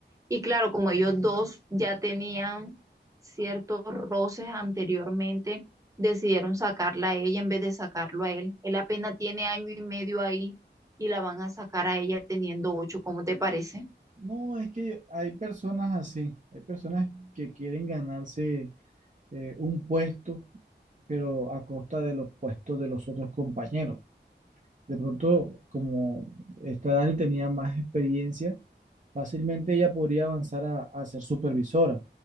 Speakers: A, on the right (about 15°); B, on the right (about 40°).
A: Y claro, como ellos dos ya tenían ciertos roces anteriormente, decidieron sacarla a ella en vez de sacarlo a él. Él apenas tiene año y medio ahí y la van a sacar a ella teniendo ocho, ¿cómo te parece?
B: No, es que hay personas así, hay personas que quieren ganarse eh, un puesto, pero a costa de los puestos de los otros compañeros. De pronto, como esta Dani tenía más experiencia, fácilmente ella podría avanzar a, a ser supervisora.